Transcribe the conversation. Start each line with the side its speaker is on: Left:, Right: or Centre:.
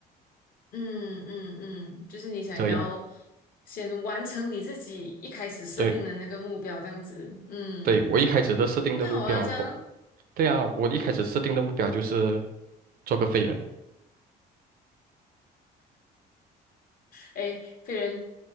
Left: 嗯嗯嗯，就是你想要
Right: 这样。
Left: 先完成你自己一开始设定的那个目标，
Right: 对
Left: 这样子。嗯，
Right: 对，我一开始的设定的目标，
Left: 那好啊，这样，
Right: 对啊，我一开始设定的目标就是。做个废人。
Left: 哎，飞人